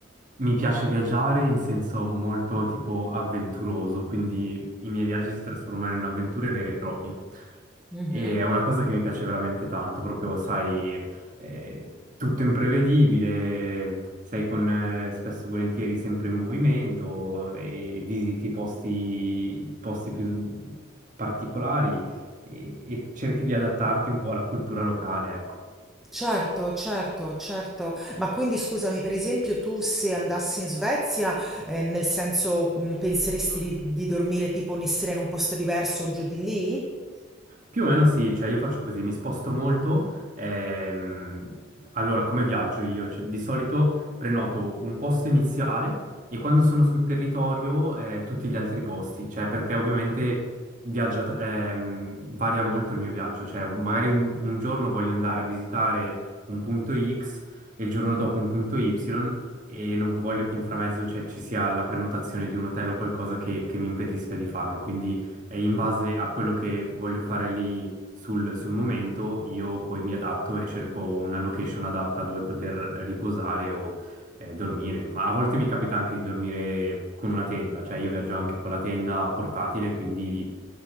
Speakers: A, on the right (about 40°); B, in the centre.
A: mi piace viaggiare in senso molto tipo avventuroso, quindi i miei viaggi si trasformano in avventure vere e proprie.
B: Mhm, mhm.
A: E è una cosa che mi piace veramente tanto, proprio, sai, eh, tutto imprevedibile, sei con eh, spesso e volentieri sempre in movimento e visiti posti, posti più particolari e, e cerchi di adattarti un po' alla cultura locale, ecco.
B: Certo, certo, certo. Ma quindi scusami, per esempio, tu se andassi in Svezia, eh, nel senso, mh, penseresti di, di dormire tipo ogni sera in un posto diverso giù di lì?
A: Più o meno sì, cioè io faccio così, mi sposto molto. ehm, allora, come viaggio io? Cioè, di solito prenoto un posto iniziale e quando sono sul territorio eh, tutti gli altri posti, cioè perché ovviamente viaggia, ehm, varia molto il mio viaggio, cioè magari un, un giorno voglio andare a visitare un punto X e il giorno dopo un punto Y e non voglio che in framezzo cioè, ci sia la prenotazione di un hotel o qualcosa che, che mi impedisca di farlo, quindi e in base a quello che voglio fare lì sul, sul momento, io poi mi adatto e cerco una location adatta dove poter riposare o eh, dormire. Ma a volte mi capita anche di dormire con una tenda, cioè io viaggio anche con la tenda portatile, quindi